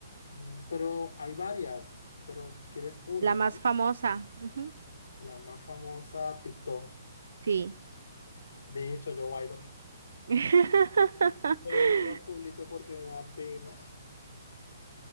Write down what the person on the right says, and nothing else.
La más famosa. Ujú.
Sí.
<laughs>